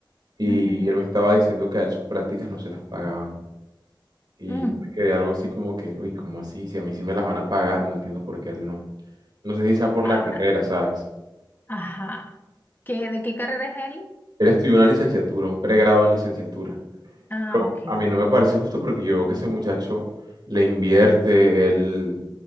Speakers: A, on the right (about 60°); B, on the left (about 25°).
A: y
B: Ujú,
A: él me estaba diciendo que a él sus prácticas no se las pagaban. Y
B: mm,
A: yo me quedé algo así como que, uy, ¿cómo así? Si a mí sí me las van a pagar, no entiendo por qué a él no. No sé si sea por
B: ah,
A: la carrera, ¿sabes?
B: Ajá. ¿Qué, de qué carrera es él?
A: Él estudió una licenciatura, un pregrado en licenciatura.
B: Ah,
A: Pero
B: ok.
A: a mí no me parece justo porque yo veo que ese muchacho le invierte, él,